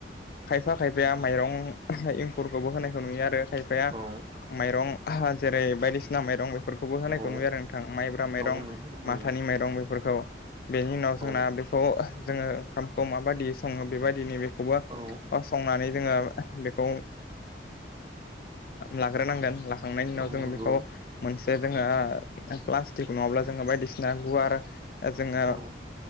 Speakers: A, on the left; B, on the right.
A: खायफा खायफाया माइरं एंखुरखौबो होनायखौ नुयो आरो खायफाया
B: औ
A: माइरं जेरै बायदिसिना माइरं बे फोरखौबो होनायखौ
B: औ
A: नुयो आरो नोंथां माइब्रा माइरं
B: औ नंगौ नुयो
A: माथानि माइरं बेफोरखौ बेनि उनाव जोंना
B: औ
A: बेखौ जोङो ओंखामखौ माबायदि सङो बेबायदिनो बेखौबो
B: औ
A: संनानै जोङो बेखौ लाग्रोनांगोन लाखांनायनि उनाव
B: औ
A: जोङो
B: नंगौ
A: बेखौ मोन जे जोङो प्लास्टिक नङाब्ला जोङो बायदिसिना गुवार ओ जोङो
B: औ